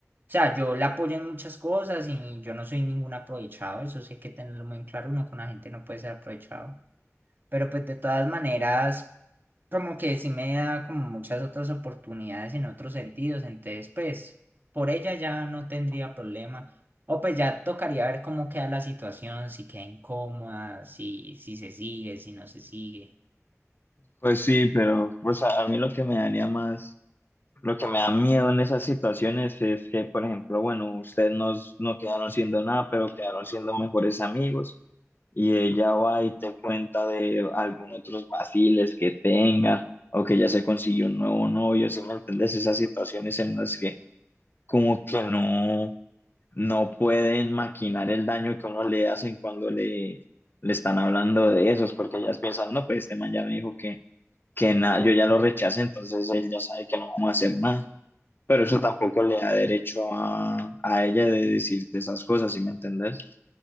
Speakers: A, on the right; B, on the left.
A: sea, yo la apoyo en muchas cosas y yo no soy ningún aprovechado, eso sí hay que tenerlo muy en claro, uno con la gente no puede ser aprovechado. Pero pues de todas maneras, como que sí me da como muchas otras oportunidades en otros sentidos. Entonces, pues por ella ya no tendría problema. O pues ya tocaría ver cómo queda la situación, si queda incómoda, si, si se sigue, si no se sigue.
B: Pues sí, pero pues a, a mí lo que me daría más Lo que me da miedo en esas situaciones es que, por ejemplo, bueno, ustedes no, no quedaron siendo nada, pero quedaron siendo mejores amigos y ella va y te cuenta de algún otros vaciles que tenga o que ya se consiguió un nuevo novio, si me entiendes? Esas situaciones en las que como que no, no pueden maquinar el daño que uno le hacen cuando le, le están hablando de esos, porque ellas piensan, no, pues este man ya me dijo que, que nada, yo ya lo rechacé, entonces él ya sabe que no vamos a hacer nada. Pero eso tampoco le da derecho a, a ella de decirte esas cosas, ¿sí me entendés?